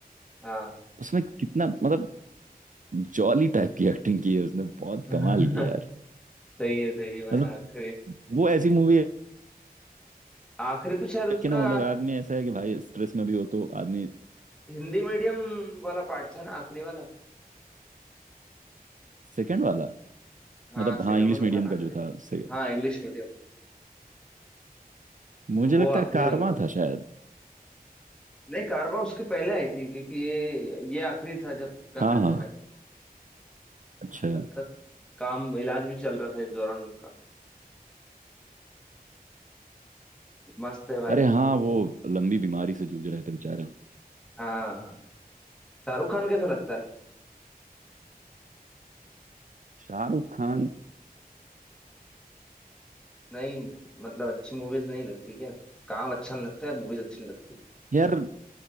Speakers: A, in the centre; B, on the right.
A: हाँ
B: उसमें कितना मतलब जॉली टाइप की एक्टिंग की है उसने बहुत
A: <laughs>
B: कमाल की है यार
A: सही है सही है भाई
B: मतलब
A: आखिरी
B: वो ऐसी मूवी है
A: आखिरी तो शायद उसका
B: कि ना मतलब आदमी ऐसा है कि भाई स्ट्रेस में भी हो तो आदमी
A: हिंदी मीडियम वाला पार्ट था ना आखिरी वाला
B: सेकंड वाला
A: हाँ
B: मतलब
A: सेकंड
B: हाँ इंग्लिश
A: वाला
B: मीडियम
A: पार्ट आखिरी
B: का जो था
A: है।
B: उससे
A: हाँ इंग्लिश मीडियम
B: मुझे
A: तो वो
B: लगता
A: आखिरी
B: है कारवां
A: वाला पार्ट
B: था शायद
A: नहीं कारवा उसके पहले आई थी क्योंकि ये ये आखिरी था जब कर
B: हाँ
A: रहे
B: हाँ
A: थे भाई
B: अच्छा
A: तब तक काम इलाज भी चल रहा था इस दौरान उनका मस्त है भाई
B: अरे
A: उनकी
B: हाँ
A: मूवी
B: वो
A: तो
B: लंबी बीमारी से जूझ रहे थे बेचारे
A: हाँ शाहरुख खान कैसा लगता है
B: शाहरुख खान
A: नहीं मतलब अच्छी मूवीज नहीं लगती क्या काम अच्छा नहीं लगता है मूवीज अच्छी नहीं लगती
B: यार